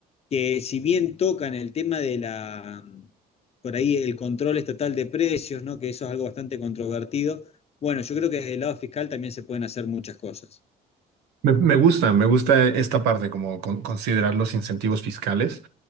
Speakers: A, on the left; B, on the right.
A: que si bien tocan el tema de la, por ahí el control estatal de precios, ¿no? que eso es algo bastante controvertido, bueno, yo creo que desde el lado fiscal también se pueden hacer muchas cosas.
B: Me, me gusta, me gusta esta parte, como con- considerar los incentivos fiscales